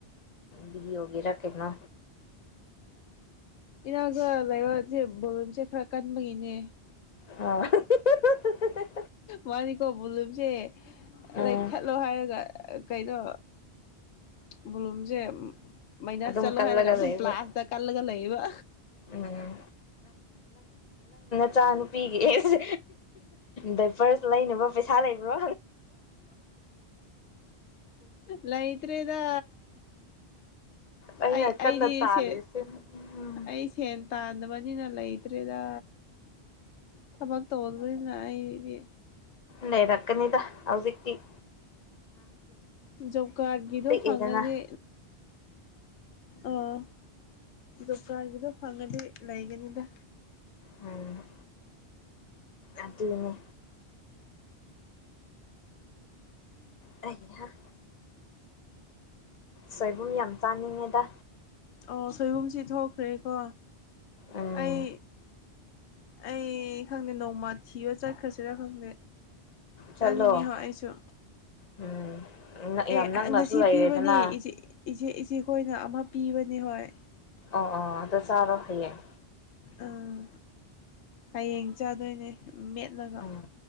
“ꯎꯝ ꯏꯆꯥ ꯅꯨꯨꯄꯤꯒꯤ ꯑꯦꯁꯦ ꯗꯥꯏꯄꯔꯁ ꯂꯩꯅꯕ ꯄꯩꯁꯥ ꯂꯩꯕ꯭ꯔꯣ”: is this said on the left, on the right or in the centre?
Left